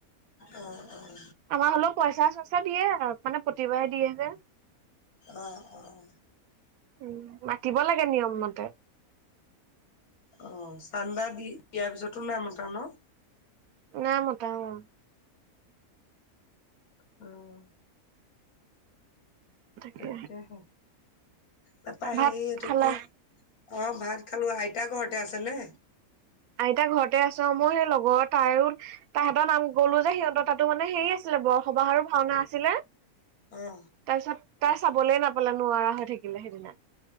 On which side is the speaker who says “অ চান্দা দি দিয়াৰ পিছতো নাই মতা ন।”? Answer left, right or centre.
Left